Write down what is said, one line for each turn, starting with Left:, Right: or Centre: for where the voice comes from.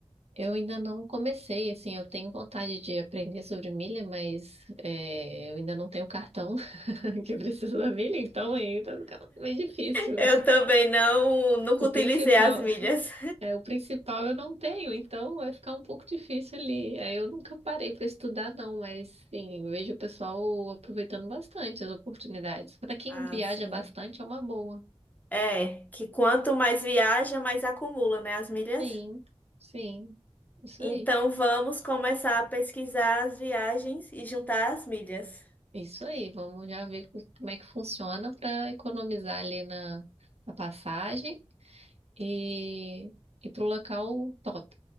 Right: Eu ainda não comecei, assim, eu tenho vontade de aprender sobre milha, mas é, eu ainda não tenho o cartão <laughs> que precisa da milha, então aí tá ficando meio difícil.
Left: Eu também não, nunca
Right: O
Left: utilizei
Right: principal,
Left: as milhas.
Right: é, o principal eu não tenho, então vai ficar um pouco difícil ali. Aí eu nunca parei para estudar, não, mas sim, eu vejo o pessoal aproveitando bastante as oportunidades. Para quem
Left: Ah,
Right: viaja
Left: sim.
Right: bastante é uma boa.
Left: É, que quanto mais viaja, mais acumula, né, as milhas?
Right: Sim, sim, isso
Left: Então
Right: aí.
Left: vamos começar a pesquisar as viagens e juntar as milhas.
Right: Isso aí, vamos já ver co- como é que funciona para economizar ali na, na passagem e ir para o local top.